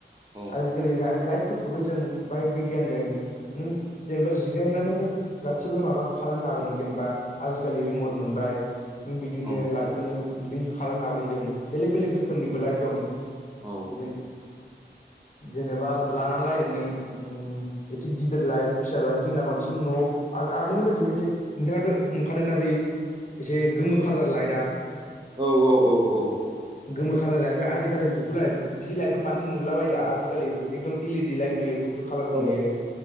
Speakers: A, on the right; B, on the left.
A: औ
B: आरो गोरलै लाइटफोरखौबो जों बाहाय बिगियानदों। नों जेनेबा जिरायनानैनो गासिबो माबा खालामनो हागोन नों जेनेबा आजिखालि रिमट मोनबाय न बिदिनो
A: औ औ
B: लाइटखौनो बिदिनो खालामनो हागोन जों बेलेक बेलेक रोखोमनिबो लाइट दं
A: औ
B: बिदि जेनेबा लाना लाइन नों उम एसे गिदिर लाइथ फिसा लाइट जोंना बांसिन न'आव आगोलनि बाय दि मोनसे नोंथाङाथ' नुखादोंना बै एसे गोमो खाालार लाइटआ
A: औ औ औ औ
B: गोमो खालाम लायट बे आजिलि जुगखौ लाइ बिदि लाइटखौ बान्द नुलाबायला आजिखालि आजिखालि एकदम इलडि लाइट नुयो गुफुर कालारखौ
A: औ
B: नुयो